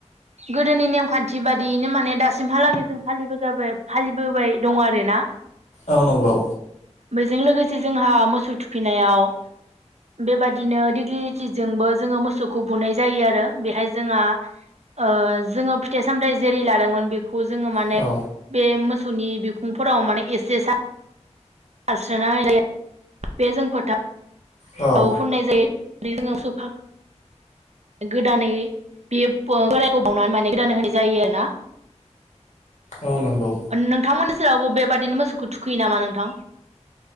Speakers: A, on the right; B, on the left.
A: गोदोनि नेमान्थि बादियैनो माने दासिमहालागै जों फालिबोबाय दं आरो ना।
B: औ नंगौ
A: बेजों जोंहा मोसौ थुखैनायाव बेबायदिनो दिग्लिटिजोंबो जोङो मोसौखौ बुनाय जायो आरो। बेहाय जोंहा ओ जोङो फिथाइ सामथायाइ जेरै लादोंमोन बेखौ जोङो माने
B: औ
A: बे मोसौनि बिखुंफोराव माने एसे <unintelligible> आनाल <unintelligible> बे जों फोथाराव
B: औ
A: होननाय जायो। जोंयो <unintelligible> गोदानै बेयो ओ बोरायखौ बावनानै माने गोदानै होनाय जायो आरोना।
B: औ नंगौ
A: ओ नोंथांमोननि सेरावबो बेबादि <unintelligible> मोसौखौ थुखैयो नामा नोंथां?